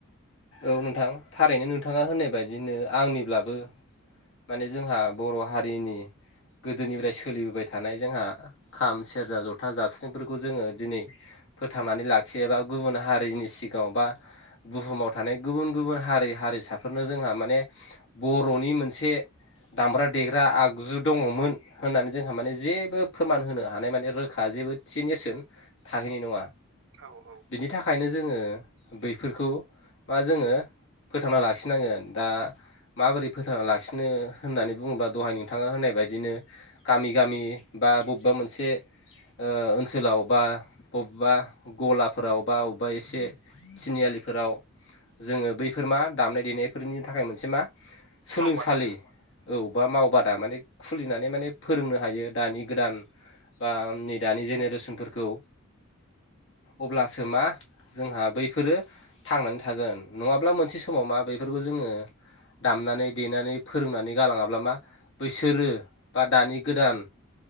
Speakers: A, on the left; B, on the right.
A: औ नोंथां थारैनो नोंथाङा होननाय बायदिनो आंनिब्लाबो माने जोंहा बर' हारिनि गोदोनिफ्राय सोलिबोबाय थानाय जोंहा खाम सेरजा जथा जाबस्रिंफोरखौ जोङो दिनै, फोथांनानै लाखियोबा गुबुन हारिनि सिगाङाव बा बुहुमाव थानाय गुबुन गुबुन हारि हारिसाफोरनो जोंहा माने बर'नि मोनसे मोनसे दामग्रा देग्रा आगजु दङमोन। होननानै जोंहा माने जेबो फोरमान होनो हानाय माने रोखा जेबो थि नेरसोन थाहैनाय नङा।
B: औ औ।
A: बिनि थाखायनो जोङो बैफोरखौ बा जोङो फोथांना लाखिनांगोन दा माबोरै फोथांना लाखि बांसिनो होननानै बुङोबा दहाय नोंथाङा होननाय बायदिनो गामि गामि बा बबेबा मोनसे ओ ओनसोलाव बा बबेबा गलाफोराव बा अबबा एसे थिनियालिफोराव जोङो बैफोर मा दामनाय देनायफोरनि थाखाय मोनसे मा सोलों
B: मावबादा
A: सो खालि औ बा मावबादा माने खुलिनानै माने फोरोंनो हायो दानि गोदान, बा नै दानि जेनेरेसनफोरखौ, अब्लासो
B: औ
A: मा जोंहा बैफोरो थांनानै थागोन नङाब्ला मोनसे समाव मा बेफोरखौ जोङो दामनानै देनानै, फोरोंनानै गालाङाब्ला मा बैसोरो बा दानि गोदान